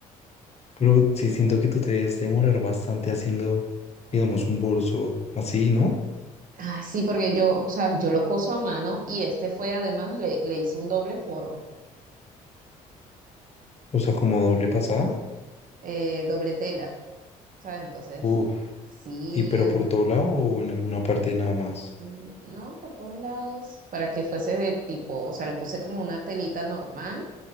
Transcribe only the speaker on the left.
Pero sí siento que tú te debes demorar bastante haciendo, digamos, un bolso así, ¿no?
O sea, como doble pasada.
Uf.
¿Y pero
por todo lado o en alguna parte nada más?